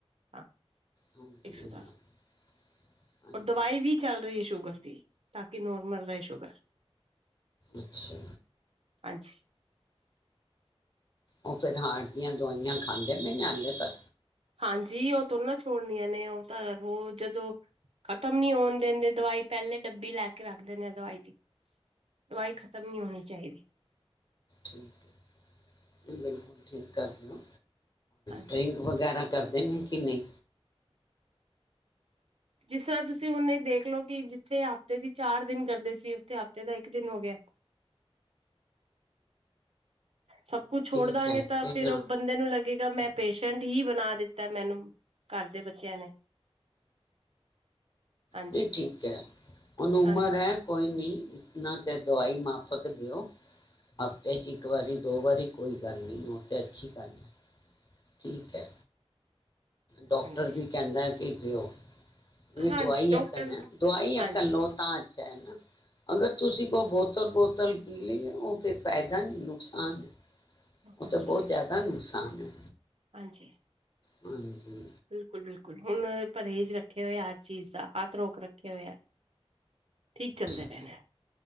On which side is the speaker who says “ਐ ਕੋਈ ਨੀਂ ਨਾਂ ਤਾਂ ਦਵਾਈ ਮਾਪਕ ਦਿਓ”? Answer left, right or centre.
Left